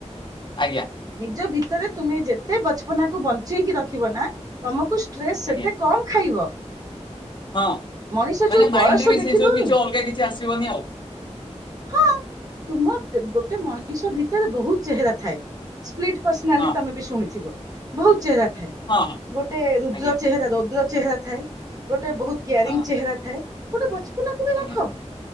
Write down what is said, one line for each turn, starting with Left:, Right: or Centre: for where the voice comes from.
Left: ଆଜ୍ଞା।
Right: ନିଜ ଭିତରେ ତୁମେ ଯେତେ ବଛପନାକୁ ବଞ୍ଚେଇକି ରଖିବ ନା ତମକୁ ଷ୍ଟ୍ରେସ୍ ସେତେ
Left: ଆଜ୍ଞା
Right: କମ ଖାଇବ।
Left: ହଁ
Right: ମଣିଷ
Left: ମାନେ
Right: ଯୋଉ
Left: ମାଇଣ୍ଡ
Right: ବୟସ
Left: ରେ ବି
Right: ଦେଖି
Left: ସେଇ ସବୁ
Right: ଦଉନି
Left: କିଛି ଅଲଗା କିଛି ଆସିବନି ଆଉ।
Right: ହଁ ତୁମ ଗୋଟେ ମଣିଷ ଭିତରେ ବହୁତ ଚେହେରା ଥାଏ। ସ୍ପ୍ଲିଟ୍ ପର୍ସନାଲିଟି
Left: ହଁ
Right: ତମେ ବି ଶୁଣିଥିବ ବହୁତ ଚେହେରା ଥାଏ
Left: ହଁ ହଁ
Right: ଗୋଟେ ରୁଦ୍ର
Left: ଆଜ୍ଞା
Right: ଚେହେରା ରୁଦ୍ର ଚେହେରା ଥାଏ ଗୋଟେ ବହୁତ କେ ୟା
Left: ହଁ
Right: ରିଙ୍ଗ ଚେହେରା ଥାଏ ଗୋଟେ ବଛପନା କୁ ବି
Left: ଆଜ୍ଞା
Right: ରଖ